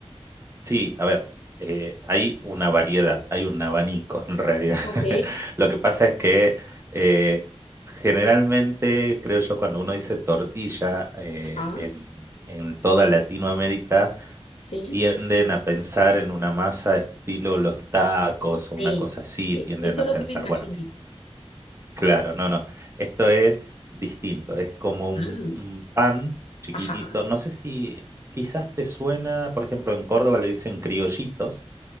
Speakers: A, on the right (about 25°); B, on the left (about 75°).
A: Sí, a ver, eh, hay una variedad, hay un abanico en realidad.
B: Ok.
A: <laughs> Lo que pasa es que eh, generalmente, creo yo, cuando uno dice tortilla eh,
B: Ah,
A: en en toda Latinoamérica,
B: sí.
A: tienden a pensar en una masa estilo los tacos o
B: Sí.
A: una cosa así,
B: Eh,
A: tienden
B: Eso es
A: a
B: lo
A: pensar,
B: que me imaginé.
A: bueno, claro, no, no, esto es distinto, es como un,
B: Ah,
A: un pan chiquitito,
B: ajá.
A: no sé si quizás te suena, por ejemplo, en Córdoba le dicen criollitos,